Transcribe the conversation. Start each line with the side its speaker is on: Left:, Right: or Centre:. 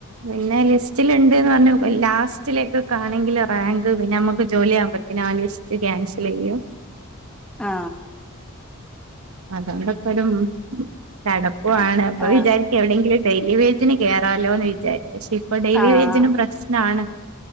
Right: പിന്നെ ലിസ്റ്റിലുണ്ട്ന്ന് പറഞ്ഞു ലാസ്റ്റിലേക്കെ ആണെങ്കിൽ റാങ്ക് പിന്നെ നമ്മുക്ക് ജോലിയാക പ്പത്തിനാല് ലിസ്റ്റ് ക്യാൻസൽ ചെയ്യോ
Centre: ആ
Right: അതുകൊണ്ടൊക്കെ ഒരു ചടപ്പാണ്
Centre: ആഹ്
Right: അപ്പ
Centre: ആഹ്
Right: വിചാരിക്ക എവിടെയെങ്കിലും ഡെ ഡെി യലി വേജിന് കേയറാാലോ എന്ന് വിചാരിച്ചു പക്ഷെ ഇപ്പൊ ഡെയിലി
Centre: ആഹ്
Right: വേജിനും പ്രശ്നമാണ്